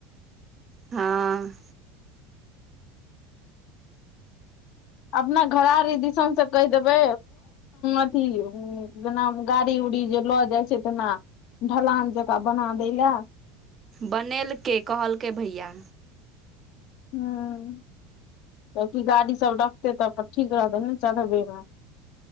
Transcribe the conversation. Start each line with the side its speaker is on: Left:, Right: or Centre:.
Right: हँ
Left: अपना घरारी दिसनसे कहि देबै अथी जेना गाड़ी उड़ी जे लऽ जाइ छैय तेना ढलान जकाँ बना दै ला।
Right: बनेलकै कहलकै भैया।
Left: हूं गाड़ी सब रखते तब त ठीक रहतै ने चढ़बेमे।